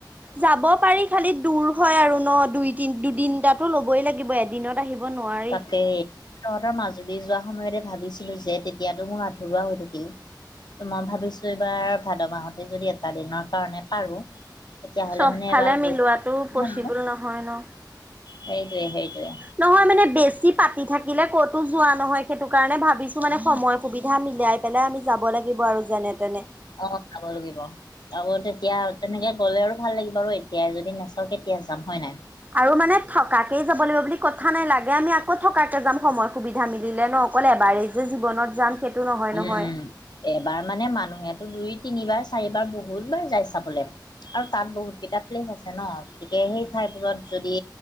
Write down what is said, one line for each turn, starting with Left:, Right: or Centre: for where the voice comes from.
Right: যাব পাৰি খালি দূৰ হয় আৰু ন দুই তি দুদিনটাতো ল'বই লাগিব, এদিনত আহিব নোৱাৰি
Left: তাকে তহঁতৰ মাজুলী যোৱা সময়তে ভাবিছিলো যে, তেতিয়াতো মোৰ আধৰুৱা হৈ থাকিল। ত মই ভাবিছো এইবাৰ ভাদ মাহতে যদি এটা দিনৰ কাৰণে পাৰো? তেতিয়াহ'লে
Right: চবফালে
Left: মানে এবাৰ গৈ
Right: মিলোৱাটো পচিবল
Left: জানো
Right: নহয় ন?
Left: সেইটোৱে সেইটোৱে।
Right: নহয় মানে বেছি পাতি থাকিলে কতো যোৱা নহয় সেইটো কাৰণে ভাবিছো কিছুমানে সময় সুবিধা মিলাই - পেলাই আমি যাব লাগিব আৰু যেনে - তেনে।
Left: অ খাব লাগিব। আকৌ তেতিয়া তেনেকে গ'লে আৰু ভাল লাগিব আৰু এতিয়াই যদি নাচাওঁ কেতিয়া যাম হয় নাই।
Right: আৰু মানে থকাকেই যাব লাগিব বুলি কথা নাই লাগে আমি আকৌ থকাকে যাম সময় সুবিধা মিলিলে ন? অকল এবাৰে যে জীৱনত যাম সেইটো নহয়
Left: উম
Right: নহয়
Left: এবাৰ মানে মানুহেতো দুই, তিনিবাৰ, চাৰিবাৰ বহুত বাৰ যায় চাবলৈ। আৰু তাত বহুত কেইটা প্লেচ আছে ন গতিকে সেই ঠাইবোৰত যদি